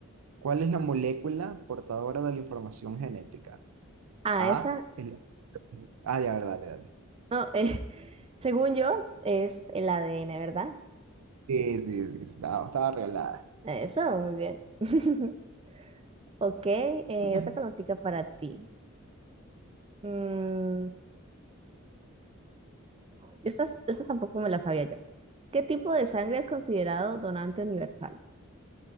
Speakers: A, on the right; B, on the right.
A: ¿cuál es la molécula portadora de la información genética?
B: Ah,
A: A,
B: esa,
A: el... Ah, ya, verdad, dale, dale.
B: no, eh, según yo, es el ADN, ¿verdad?
A: Sí, sí, sí, estaba, estaba arreglada.
B: Eso, muy bien. <laughs> Ok, eh,
A: <laughs>
B: otra preguntita para ti. Mm, estas, estas tampoco me las sabía yo. ¿Qué tipo de sangre es considerado donante universal?